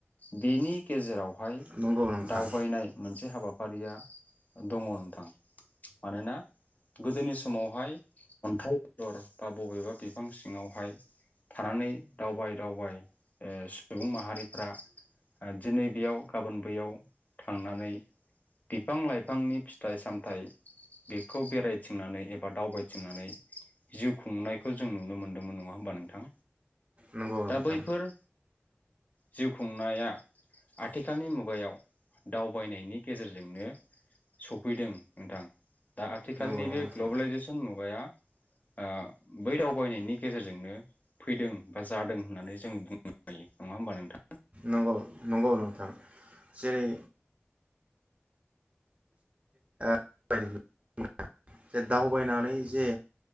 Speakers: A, on the left; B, on the right.
A: बेनि गेजेरावहाय
B: नंगौ नोंथां
A: दावबायनाय मोनसे हाबा फारिया दङ नोंथां मानोना गोदोनि समावहाय अन्थाइ <unintelligible> दर बा बबेबा बिफां सिङावहाय थानानै दावबाय दावबाय सुबुं माहारि फ्रा दिनै बेयाव गाबोन बैयाव थांनानै बिफां लाइफांनि फिथाइ सामथाइ बेखौ बेरायथिंनानै एबा दावबायथिंनानै जिउ खुंनायखौ जों नुनो मोनदोंमोन नङा होमबा नोंथां
B: नंगौ नोंथां
A: दा बैफोर जिउ खुंनाया आथिखालनि मुगायाव दावबायनायनि गेजेरजोंनो सफैदों नोंथां दा आथिखालनि
B: नंगौ
A: बे
B: नोंथां
A: ग्लबेलाइजेसन मुगाया ओ बै दावबायनायनि गेजेरजोंनो फैदों बा जादों होननानै जों बुंनो हायो नङा होम्बा नोंथां
B: नंगौ नंगौ नोंथां जेरै <unintelligible> जे दावबायनानै जे